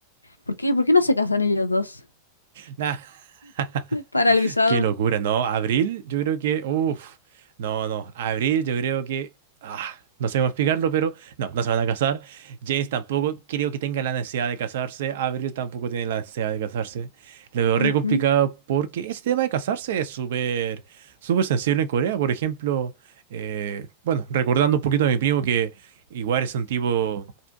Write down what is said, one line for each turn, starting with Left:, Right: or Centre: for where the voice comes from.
Left: ¿Por qué? ¿Por qué no se casan ellos dos?
Right: Nah. <laughs>
Left: Para el visado.
Right: Qué locura, ¿no? Abril, yo creo que, uff, no, no, Abril, yo creo que, ah, no sé cómo explicarlo, pero no, no se van a casar. James tampoco creo que tenga la necesidad de casarse. Abril tampoco tiene la necesidad de casarse. Lo veo
Left: Ujú,
Right: re complicado porque ese tema de casarse es súper, súper sensible en Corea. Por ejemplo, eh, bueno, recordando un poquito a mi primo que igual es un tipo